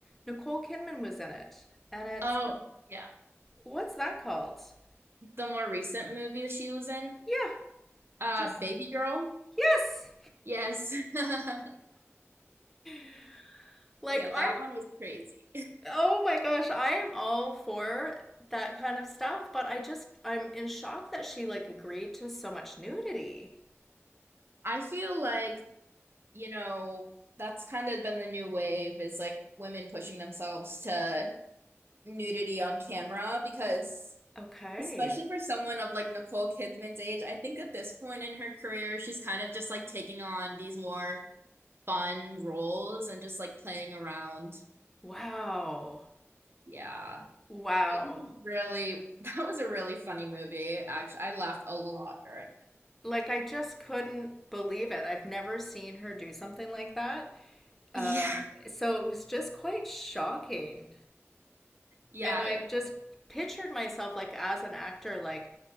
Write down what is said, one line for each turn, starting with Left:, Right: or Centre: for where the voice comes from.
Centre: Nicole Kidman was in it. And it's,
Right: Oh, yeah.
Centre: what's that called?
Right: The more recent movie that she was in,
Centre: Yeah,
Right: uh,
Centre: just,
Right: Baby Girl.
Centre: yes.
Right: Yes. <laughs>
Centre: <laughs> Like
Right: Yeah,
Centre: I'm
Right: that one was crazy.
Centre: Oh my gosh, I am all for that kind of stuff, but I just I'm in shock that she like agreed to so much nudity.
Right: I feel like, you know, that's kind of been the new wave is like women pushing themselves to nudity on camera because
Centre: Okay.
Right: Especially for someone of like Nicole Kidman's age, I think at this point in her career, she's kind of just like taking on these more fun roles and just like playing around.
Centre: Wow.
Right: Yeah.
Centre: Wow.
Right: It was a really, <laughs> that was a really funny movie. Actually, I laughed a lot during it.
Centre: Like I just couldn't believe it. I've never seen her do something like that. Um,
Right: Yeah.
Centre: so it was just quite shocking.
Right: Yeah.
Centre: And I've
Right: It,
Centre: just pictured myself like as an actor, like,